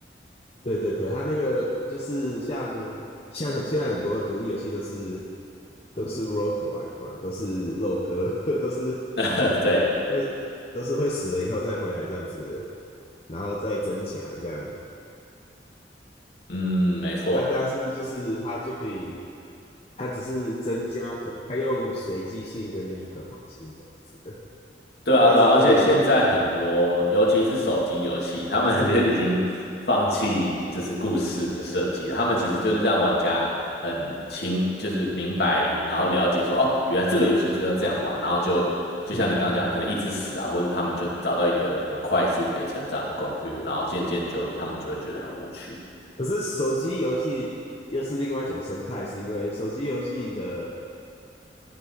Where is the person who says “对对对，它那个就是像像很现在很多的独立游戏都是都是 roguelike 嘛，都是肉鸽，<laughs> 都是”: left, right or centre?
Left